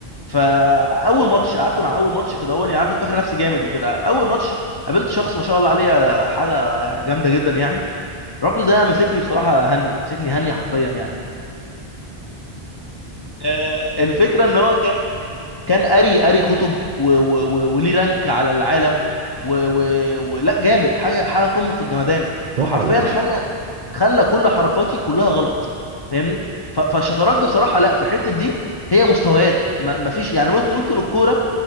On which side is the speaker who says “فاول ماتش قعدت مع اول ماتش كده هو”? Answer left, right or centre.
Left